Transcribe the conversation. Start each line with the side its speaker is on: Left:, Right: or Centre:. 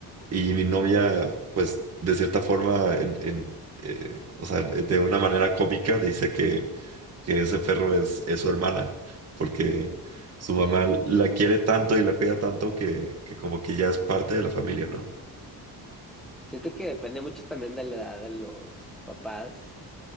Right: y mi novia, pues, de cierta forma, en, en, eh, o sea, de una manera cómica, dice que, que ese perro es, es su hermana, porque su
Centre: Ya.
Right: mamá la quiere tanto y la cuida tanto que, que como que ya es parte de la familia, ¿no?
Centre: Siento que depende mucho también de la edad de los papás,